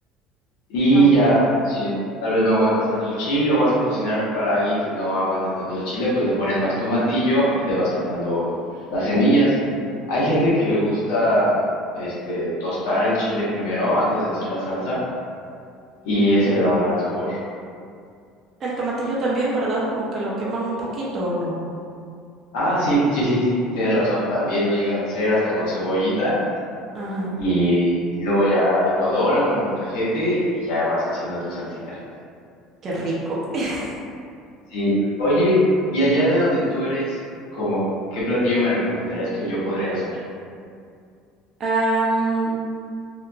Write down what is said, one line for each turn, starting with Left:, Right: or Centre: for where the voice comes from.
Left: Y
Right: Ok.
Left: ya, si tal vez no aguantas tanto el chile o vas a cocinar para alguien que no aguante tanto el chile, pues le pones más tomatillo y le vas quitando las semillas. Hay gente que le gusta este tostar el chile primero antes de hacer la salsa y ese le da un gran sabor.
Right: El tomatillo también, ¿verdad? Como que lo queman un poquito o no.
Left: Ah, sí, sí, sí, sí, tienes razón, también lo llegan a hacer hasta con cebollita
Right: Ajá,
Left: y luego ya a la licuadora o al molcajete y ya vas haciendo tu salsita.
Right: qué rico. <laughs>
Left: Sí. Oye, y allá de donde tú eres, como, ¿qué platillo me recomendarías que yo podría hacer?
Right: Am,